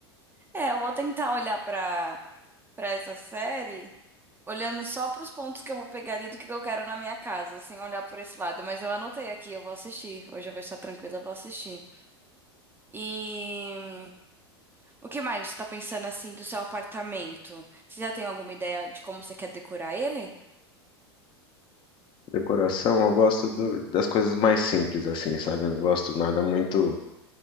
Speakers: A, on the right; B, on the left.
A: é, eu vou tentar olhar pra. pra essa série, olhando só pros pontos que eu vou pegar ali do que eu quero na minha casa, sem olhar por esse lado. Mas eu anotei aqui, eu vou assistir. Hoje eu vou estar tranquila, eu vou assistir. E hum, o que mais você tá pensando assim do seu apartamento? Você já tem alguma ideia de como você quer decorar ele?
B: Decoração, eu gosto do- das coisas mais simples assim, sabe? Eu não gosto nada muito